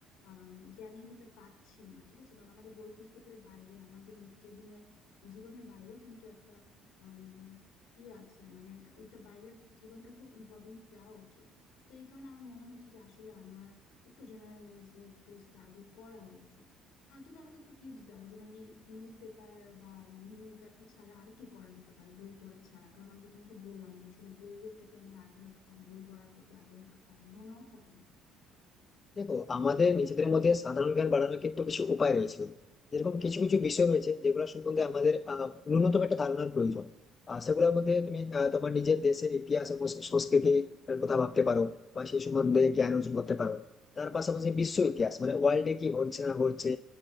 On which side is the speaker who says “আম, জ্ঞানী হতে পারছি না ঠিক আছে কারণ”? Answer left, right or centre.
Left